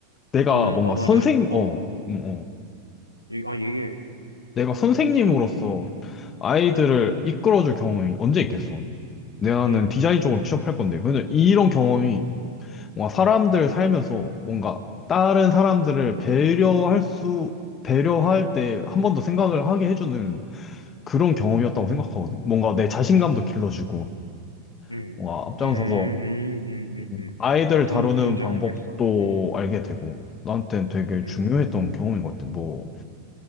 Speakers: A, on the left; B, on the left.
A: 내가
B: 그러면
A: 뭔가
B: 너 말은,
A: 선생,
B: 어,
A: 어, 음, 어.
B: 얘- 아, 얘기해.
A: 내가 선생님으로서 아이들을 이끌어줄 경험이 언제 있겠어. 내가는
B: 음,
A: 디자인 쪽으로 취업할 건데. 왜냐 이런 경험이 뭔가 사람들 살면서 뭔가 다른 사람들을 배려할 수, 배려할 때 한 번 더 생각을 하게 해주는 그런 경험이었다고 생각하거든. 뭔가 내 자신감도 길러주고,
B: 음,
A: 뭔가 앞장서서
B: 음, 음, 음, 음,
A: 음.
B: 음.
A: 아이들
B: 어떤
A: 다루는
B: 느낌인지
A: 방법도
B: 알겠어. 음,
A: 알게 되고, 나한테는 되게 중요했던
B: 음,
A: 경험인 것 같아. 뭐,